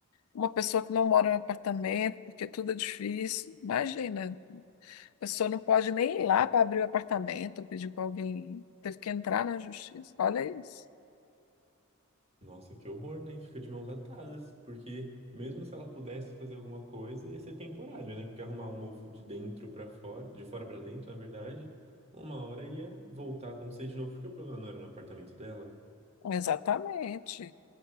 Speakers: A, on the left (about 80°); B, on the right (about 30°).
A: uma pessoa que não mora no apartamento, porque tudo é difícil. Imagina, a pessoa não pode nem ir lá para abrir o apartamento, ou pedir para alguém ir. Teve que entrar na justiça. Olha isso.
B: Nossa, que horror, né? Fica de mãos atadas, porque mesmo se ela pudesse fazer alguma coisa, ia ser temporário, né? Porque arrumar o mofo de dentro pra fora, de fora pra dentro, na verdade, uma hora ia voltar a acontecer de novo, porque o problema não era no apartamento dela.
A: Exatamente.